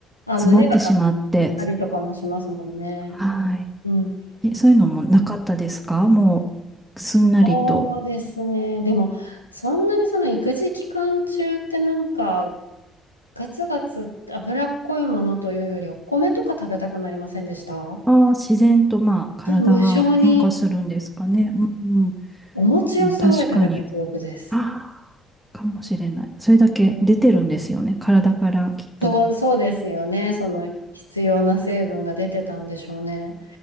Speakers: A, on the left; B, in the centre.
A: あ、
B: 詰まってしまって。
A: 胸が張ったりとかもしますもんね。
B: はい。
A: うん。
B: え、そういうのもなかったですかもうすんなりと。
A: そうですね。でも、そんなにその育児期間中ってなんか、ガツガツ脂っこいものというより、お米とか食べたくなりませんでした
B: ああー、自然とまあ体が変化するんですかね。
A: そう、無性に
B: うん。
A: お餅をすごい食べた記憶です。
B: うん確かに。ああ、かもしれない。それだけ出てるんですよね。体からきっと。
A: そう、そうですよね。その必要な成分が出てたんでしょうね。